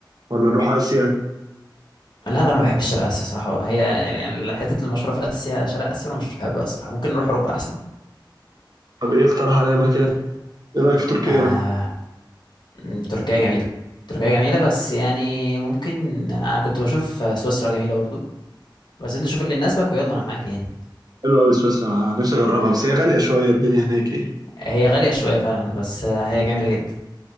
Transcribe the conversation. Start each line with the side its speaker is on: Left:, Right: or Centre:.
Right: ولا نروح اسيا
Left: لا لا انا ما بحبش شرق اسيا صراحه هي يعني حته المشهوره في اسيا شرق اسيا انا مش بحبها صراحه ممكن نروح اوروبا احسن
Right: طب ايه اقترح عليا مكان ايه رايك في تركيا
Left: آه...
Right: مثلا
Left: م، تركيا جميله تركيا جميله بس يعني ممكن انا كنت بشوف سويسرا جميله برضو بس انت شوف اللي يناسبك ويلا انا معاك يعني
Right: حلوه قوي سويسرا أنا نفسي اجربها بس هي غاليه شويه الدنيا هناك ايه
Left: هي غاليه شويه فعلا بس آه، هي جميله جدا